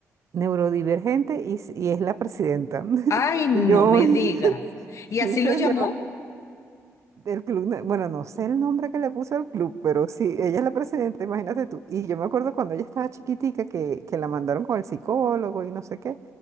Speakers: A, on the right; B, on the left.
A: neurodivergente y, s- y es la presidenta. <laughs>
B: Ay, no
A: Y yo,
B: me
A: <laughs>
B: digas. ¿Y
A: sí,
B: así
A: señor,
B: lo llamó?
A: del club, ne- bueno, no sé el nombre que le puso al club, pero sí, ella es la presidenta, imagínate tú. Y yo me acuerdo cuando ella estaba chiquitica que, que la mandaron con el psicólogo y no sé qué.